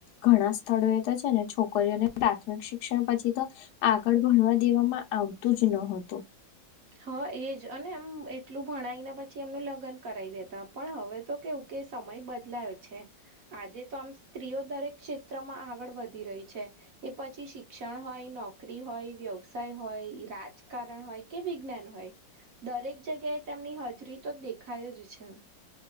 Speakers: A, on the left; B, on the right.
A: ઘણા સ્થળો એ તો છે ને છોકરીઓને પ્રાથમિક શિક્ષણ પછી તો આગળ ભણવા દેવામાં આવતું જ નતું
B: હા એજ અને એમ એટલું ભણાઈને પછી એમનું લગ્ન કરાવી દેતા પણ હવે તો કેવું કે તે સમય બદલાયો છે આજે તો આમ સ્ત્રીઓ દરેક ક્ષેત્રમાં આગળ વધી રહી છે એ પછી શિક્ષણ હોય નોકરી હોય વ્યવસાય હોય રાજકારણ હોય કે વિજ્ઞાન હોય દરેક જગ્યાએ તેમની હાજરી તો દેખાય જ છે